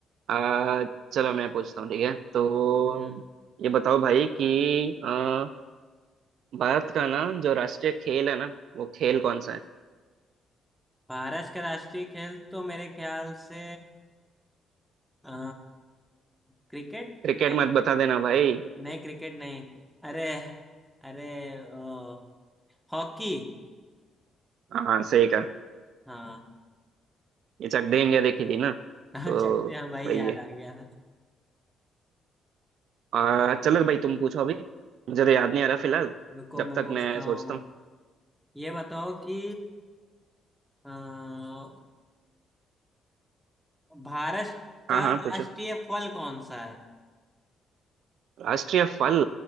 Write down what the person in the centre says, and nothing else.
हम्म
भारत का राष्ट्रीय खेल तो मेरे ख्याल से अ, क्रिकेट
नहीं
क्रि-
नहीं क्रिकेट नहीं अरे अरे ओ, हॉकी
हाँ
<laughs>
चलते हैं भाई
याद
आ गया था
रुको
मैं
पूछता
हूँ
ये बताओ कि अ, भारत का
राष्ट्रीय
फल कौन सा है